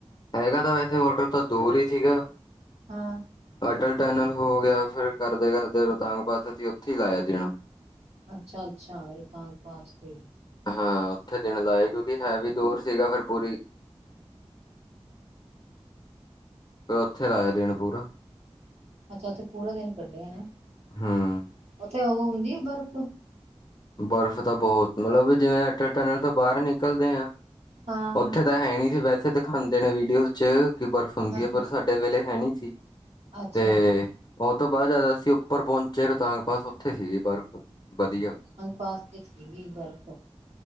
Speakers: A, on the left; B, on the right.
A: ਹੈਗਾ ਤਾਂ ਵੈਸੇ ਹੋਟਲ ਤਾਂ ਦੂਰ ਹੀ ਸੀਗਾ।
B: ਹਾਂ।
A: ਅਟਲ ਟੈਨਲ ਹੋ ਗਿਆ। ਫਿਰ ਕਰਦੇ - ਕਰਦੇ ਰੋਤਾਂਗਪਥ ਅਸੀਂ ਉੱਥੇ ਹੀ ਲਾਇਆ ਦੇਣਾ।
B: ਅੱਛਾ ਅੱਛਾ ਰੋਹਤਾਂਗ ਪਾਸਤੇ।
A: ਹਾਂ। ਉੱਥੇ ਦਿਨ ਲਾਏ ਕਿਉਂਕਿ ਹੈ ਵੀ ਦੂਰ ਸੀਗਾ ਫਿਰ ਪੂਰੀ। ਫੇਰ ਉੱਥੇ ਲਾਇਆ ਦਿਨ ਪੂਰਾ।
B: ਅੱਛਾ ਉੱਥੇ ਪੂਰਾ ਦਿਨ ਕੱਢਿਆ ਨੇ।
A: ਹੂੰ
B: ਉੱਥੇ ਉਹ ਹੁੰਦੀ ਆ ਬਰਫ਼?
A: ਬਰਫ਼ ਤਾਂ ਬਹੁਤ ਮਤਲਬ। ਜਿਵੇਂ ਅਟਲ ਟਨਲ ਤੋਂ ਬਾਹਰ ਨਿਕਲਦੇ ਆ।
B: ਹਾਂ
A: ਉੱਥੇ ਤਾਂ ਹੈ ਨਹੀਂ ਸੀ ਵੈਸੇ ਦਿਖਾਉਂਦੇ ਨੇ। ਵੀਡੀਓ ਚ ਕਿ ਬਰਫ਼ ਹੁੰਦੀ
B: ਹਾਂ ਹਾਂ
A: ਹੈ ਪਰ ਸਾਡੇ ਵੇਲੇ ਹੈ ਨਹੀਂ ਸੀ।
B: ਅੱਛਾ।
A: ਤੇ ਉਹ ਤੋਂ ਬਾਅਦ ਜ਼ਿਆਦਾ ਅਸੀਂ ਉੱਪਰ ਪਹੁੰਚੇ ਰੋਹਤਾਂਗ ਪਾਸ ਉੱਥੇ ਸੀ ਜ ਬਰਫ਼ ਵਧੀਆ।
B: ਪਾਸਤੇ ਸੀਗੀ ਬਰਫ਼।